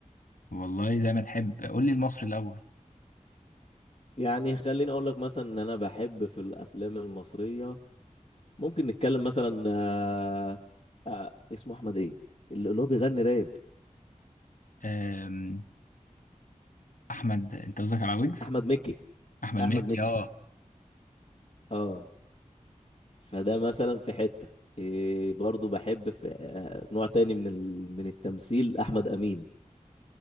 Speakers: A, on the left; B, on the left.
A: والله زي ما تحب قول لي المصري الاول
B: يعني خليني اقول لك مثلا ان انا بحب في الافلام المصريه ممكن نتكلم مثلا آه... آه... اسمه احمد ايه اللي اللي هو بيغني راب
A: آم، احمد انت قصدك على ويجز
B: احمد مكي
A: احمد
B: احمد
A: مكي
B: مكي
A: اه
B: اه فده مثلا في حتة إيه برضو بحب في آه، نوع تاني من ال... من التمثيل أحمد أمين